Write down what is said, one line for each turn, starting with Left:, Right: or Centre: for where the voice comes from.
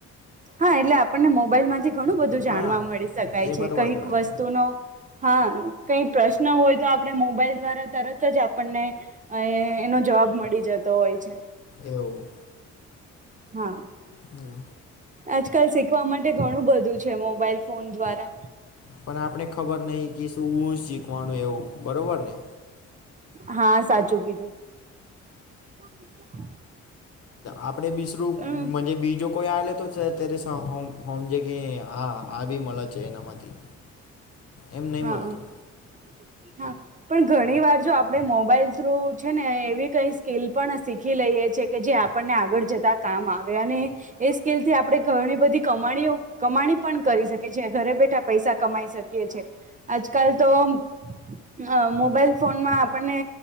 Right: હા, એટલે આપણને મોબાઈલ માંથી ઘણું બધું જાણવા
Left: હા
Right: મળી શકાય
Left: એ
Right: છે
Left: બરાબર
Right: કઈક
Left: બોલ્યા
Right: વસ્તુનો
Left: તો
Right: હા, કઈ પ્રશ્ન હોય તો આપડણે મોબાઈલ દ્વારા તરત જ આપ આપણને અ એનો જવાબ મળી જતો હોય છે
Left: એવું
Right: હા
Left: હમ
Right: આજકાલ શીખવા માટે ઘણું બધું છે મોબાઈલ. ફોન દ્વારા
Left: પણ આપણે ખબર નહ કે શું શીખવાનું એવું બરોબર ને.
Right: હા સાચું કીધું. <unintelligible>
Left: આપડે બીસરું
Right: અમ
Left: મને બીજો કોઈ આલે તો અત્યારે હોમ જે કે આવી મળે છે, એનામાંથી. એમ નહીં
Right: હા
Left: મળતું
Right: હા પણ ઘણી વાર. જો આપણે મોબાઈલ થ્રુ છે ને એવી કઈ સ્કીિલ પણ શીખી લઈએ છ છે, કે જે આપણને આગળ જતા આવે એ સ્કીલથી આપણે ઘણી બધી કણી કમાણી પણ કરી શકી. ઘરે બેઠા પૈસા કમાઈ શકીએીએ આજકાલ તો અ મોબાઈલ ફોનમાં આપણને